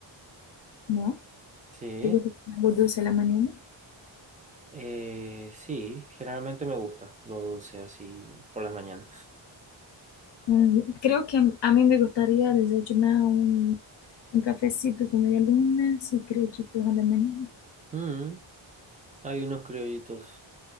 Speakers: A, on the left; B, on the right.
A: ¿no?
B: Sí.
A: ¿Te gusta algo dulce a la mañana?
B: Eh, sí, generalmente me gusta lo dulce así por las mañanas.
A: Mm, creo que a mí me gustaría desayunar un, un cafecito con media luna y criollitos a la mañana.
B: Mm, Hay unos criollitos